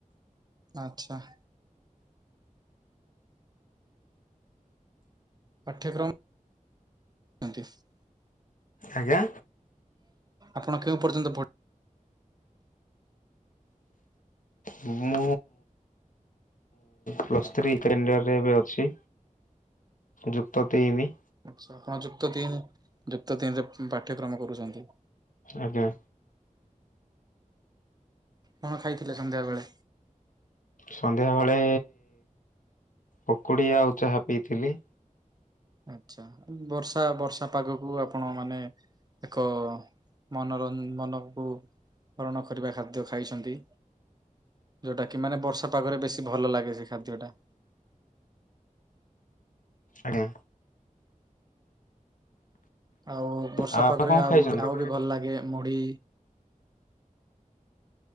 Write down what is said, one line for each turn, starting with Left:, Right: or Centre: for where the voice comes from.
Right: ଆଛା। ପାଠ୍ୟକ୍ରମ <unintelligible>
Left: ଆଜ୍ଞା?
Right: ଆପଣ କେଉଁ ପର୍ଯ୍ୟନ୍ତ ପଢି
Left: ମୁଁ ପ୍ଲସ-ଥ୍ରି <unintelligible> ଏବେ ଅଛି। ଯୁକ୍ତ ତିନି।
Right: ଆଛା ଆପଣ ଯୁକ୍ତ ତିନି ଯୁକ୍ତ ତିନରେ ପାଠ୍ୟକ୍ରମ କରୁଛନ୍ତି।
Left: ଆଜ୍ଞା।
Right: କଣ ଖାଇଥିଲେ ସନ୍ଧ୍ୟାବେଳେ?
Left: ସନ୍ଧ୍ୟାବେଳେ ପକୁଡ଼ି ଆଉ ଚାହା ପିଇଥିଲି।
Right: ଆଚ୍ଛା। ବର୍ଷା ବର୍ଷା ପାଗକୁ ଆପଣ ମାନେ ଏକ ମନୋର ମନକୁ ହରଣ କରିବା ଖାଦ୍ୟ ଖାଇଛନ୍ତି। ଯୋଉଟା କି ମାନେ ବର୍ଷା ପାଗରେ ବେଶୀ ଭଲ ଲାଗେ ସେ ଖାଦ୍ୟଟା।
Left: ଆଜ୍ଞା।
Right: ଆଉ ବର୍ଷା
Left: ଆଉ ଆପଣ
Right: ପାଗରେ
Left: କଣ
Right: ଆଉ
Left: ଖାଇଛନ୍ତି?
Right: ଆଉ ବି ଭଲ ଲାଗେ ମୁଢି